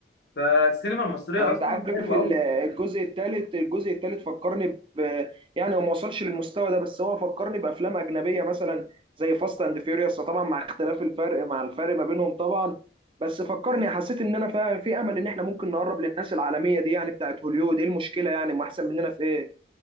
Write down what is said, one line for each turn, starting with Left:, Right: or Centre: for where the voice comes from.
Left: فالسينما المصريه
Right: آه، انت
Left: اصلا
Right: عارف
Left: حلوه
Right: ال-
Left: قوي
Right: الجزء الثالث الجزء الثالث فكرني ب يعني هو ما وصلش للمستوى ده بس هو فكرني بافلام اجنبيه مثلا زي فاست اند فيوريوس طبعا مع اختلاف الفرق مع الفرق ما بينهم طبعا بس فكرني حسيت ان انا فا- في امل ان احنا ممكن نقرب للناس العالميه دي يعني بتاعت هوليوود ايه المشكله يعني ما احسن مننا في ايه